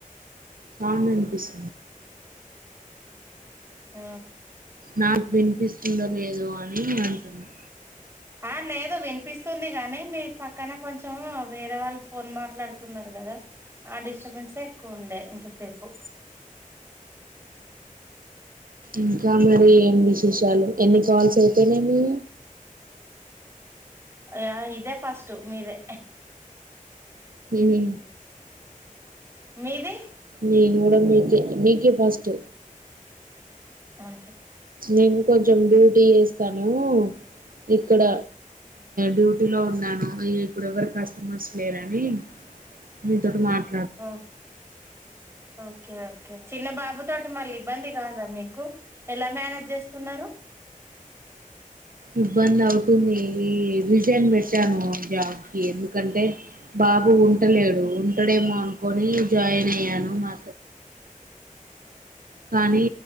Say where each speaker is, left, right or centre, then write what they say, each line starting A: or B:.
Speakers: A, on the right (about 85°); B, on the right (about 20°).
A: నాకు గుడ వినిపిస్తుంది
B: ఆ
A: నాకు వినిపిస్తుండ లేదు అని అంటున్నా
B: ఆ లేదు వినిపిస్తుంది గానీ మీ పక్కన కొంచం వేరే వాళ్ళు ఫోన్ మాట్లాడుతున్నారు కదా ఆ డిస్టర్బెన్సే ఎక్కువ ఉండే ఇంతసేపు
A: ఇంకా మరి ఏ విశేషాలు ఎన్ కాల్స్ అయిపోనవి
B: ఆ ఇదే ఫస్ట్ మీదే
A: హ్మ్
B: మీది
A: నేను కూడా మీకే మీకే ఫస్ట్
B: ఆ
A: నేను కొంచం డ్యూటీ చేస్తా హలో ఇ ఇక్కడ డ్యూటీలో ఇప్పుడు ఎవరు కస్టమర్స్ లేరని మీతోటి మాట్
B: ఓ ఓకే ఓకే చిన్న బాబు తోటి మళ్ళీ ఇబ్బంది కాదా మీకు ఎలా మేనేజ్ చేస్తున్నరు
A: ఇబ్బంది అవుతుంది రిజైన్ పెట్టాను జాబ్కి ఎందుకంటే బాబు ఉంటలేడు ఉంటడేమో అన్ కొని జాయిన్ అయ్యాను మా కానీ